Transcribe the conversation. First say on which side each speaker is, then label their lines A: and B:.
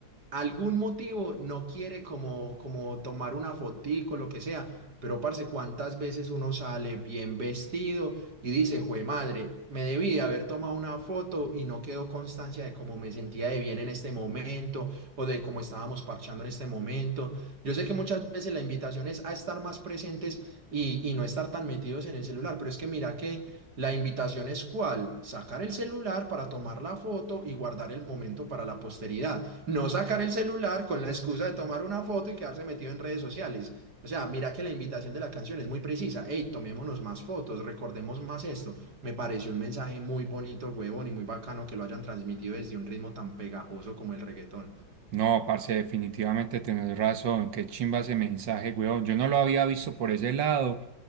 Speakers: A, on the right (about 60°); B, on the right (about 80°).
A: algún motivo no quiere como, como tomar una fotico, lo que sea. Pero, parce, ¿cuántas veces uno sale bien vestido y dice, jue madre, me debí de haber tomado una foto y no quedó constancia de cómo me sentía de bien en este momento o de cómo estábamos parchando en este momento? Yo sé que muchas veces la invitación es a estar más presentes y, y no estar tan metidos en el celular, pero es que mira que la invitación es cuál, sacar el celular para tomar la foto y guardar el momento para la posteridad no sacar el celular con la excusa de tomar una foto y quedarse metido en redes sociales. O sea, mira que la invitación de la canción es muy precisa. Hey, tomémonos más fotos, recordemos más esto. Me pareció un mensaje muy bonito, huevón, y muy bacano que lo hayan transmitido desde un ritmo tan pegajoso como el reggaetón.
B: No, parce, definitivamente tenés razón. Qué chimba ese mensaje, weón. Yo no lo había visto por ese lado,